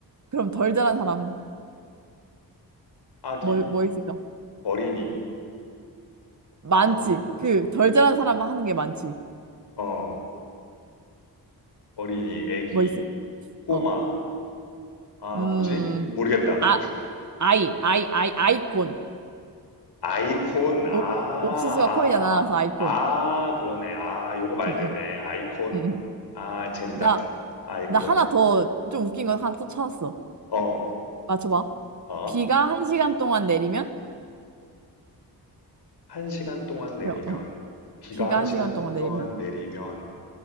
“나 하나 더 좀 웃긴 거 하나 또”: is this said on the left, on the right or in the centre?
Right